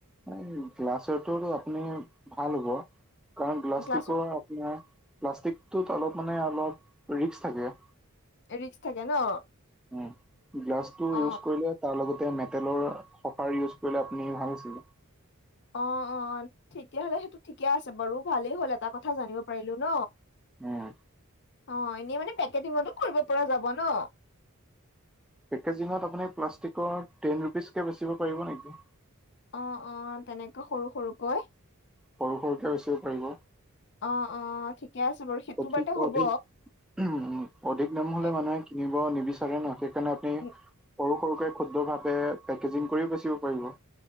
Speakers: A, in the centre; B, on the left.
A: এই গ্লাছৰটোতো আপুনি ভাল হ'ব কাৰণ গ্লাছটিকৰ
B: গ্লাছত
A: আপোনাৰ প্লাষ্টিকটোত অলপ মানে অলপ ৰিক্স থাকে।
B: ৰিস্ক থাকে ন।
A: উম, গ্লাছ টো
B: অ
A: ইউজ কৰিলে তাৰ লগতে মেটেলৰ কফাৰ ইউজ কৰিলে আপুনি ভাল আছিল
B: অ', অ', তেতিয়াহলে সেইটো ঠিকে আছে বাৰু ভালেই হ'ল এটা কথা জানিব পাৰিলো ন।
A: উম,
B: অ, এনেই মানে পেকেটিঙতো কৰিব পৰা যাব ন।
A: পেকেজিঙত আপুনি প্লাষ্টিকৰ টেন ৰুপিচকৈ বেচিব পাৰিব নেকি।
B: অ', অ', তেনেকৈ সৰু - সৰুকৈ।
A: সৰু সৰুকে বেচিব পাৰিব
B: অ', অ', ঠিকে আছে বাৰু সেইটো
A: অধিক
B: বাৰতে হব।
A: অধিক উম, অধিক দাম হলে
B: এ,
A: মানুহে কিনিব নিবিচাৰে ন সেইকাৰণে আপুনি
B: উম,
A: সৰু - সৰুকে ক্ষুদ্ৰভাৱে পেকেজিং কৰিও বেচিব পাৰিব।